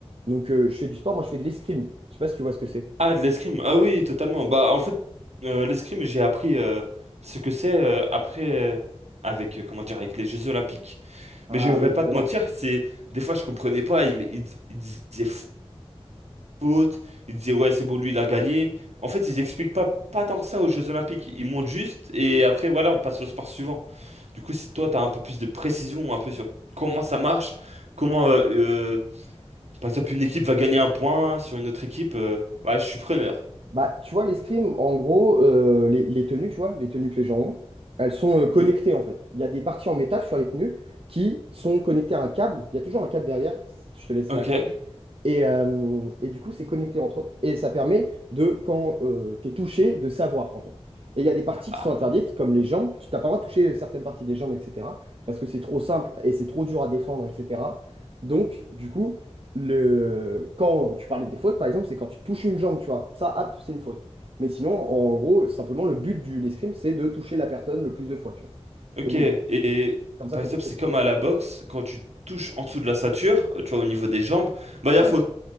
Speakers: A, on the right (about 55°); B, on the right (about 75°).
A: donc, euh, je fais du sport, moi, je fais de l'escrime. Je sais pas si tu vois ce que c'est.
B: Ah, de l'escrime. Ah oui, totalement. Bah, en fait, euh, l'escrime, j'ai appris euh, ce que c'est euh, après, euh, avec, euh, comment dire, avec les Jeux Olympiques.
A: Ah
B: Mais je vais
A: oui,
B: pas
A: évidemment.
B: te mentir, c'est des fois, je comprenais pas. Ils, ils- ils disaient faute, ils disaient, ouais, c'est bon, lui, il a gagné. En fait, ils expliquent pas, pas tant que ça aux Jeux Olympiques. Ils montent juste et après, voilà, on passe au sport suivant. Du coup, si toi, tu as un peu plus de précision, un peu sur comment ça marche, comment, euh, euh, par exemple, une équipe va gagner un point sur une autre équipe, euh, ouais, je suis preneur.
A: Bah, tu vois, l'escrime, en gros, euh, les, les tenues, tu vois, les tenues que les gens ont, elles sont euh, connectées
B: Mhm.
A: en fait. Il y a des parties en métal sur les tenues qui sont connectées à un câble. Il y a toujours un câble derrière, je te laisserai
B: Ok.
A: regarder. Et, euh, et du coup, c'est connecté entre eux. Et ça permet de, quand euh, t'es touché, de savoir en fait. Et il y a des parties
B: Ah,
A: qui sont interdites, comme les jambes. Tu t'as pas le droit de toucher euh, certaines parties des jambes, etc. Parce que c'est trop simple et c'est trop dur à défendre, etc. Donc, du coup. Le... Quand tu parlais des fautes, par exemple, c'est quand tu touches une jambe, tu vois. Ça, hop, c'est une faute. Mais sinon, en gros, simplement, le but de l'escrime, c'est de toucher la personne le plus de fois, tu vois.
B: ok.
A: Et donc,
B: Et
A: du coup, c'est comme ça
B: par
A: qu'on
B: exemple,
A: compte
B: c'est
A: les points.
B: comme à la boxe, quand tu touches en dessous de la ceinture, euh, tu vois, au niveau des jambes, bah, il
A: Ouais,
B: y a faute.